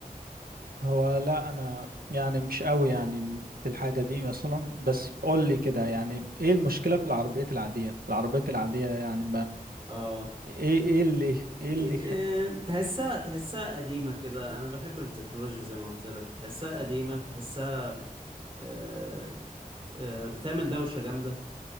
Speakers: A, on the right; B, on the right.
A: هو لا انا يعني مش قوي يعني في الحاجه دي مثلا بس قول لي كده يعني ايه المشكله في العربيات العاديه العربيات العاديه يعني
B: اه
A: ايه ايه اللي ايه اللي
B: إيه، تحسها تحسها قديمة كده أنا بحب التكنولوجيا زي ما قلت لك تحسها قديمة تحسها آه، آه، بتعمل دوشة جامدة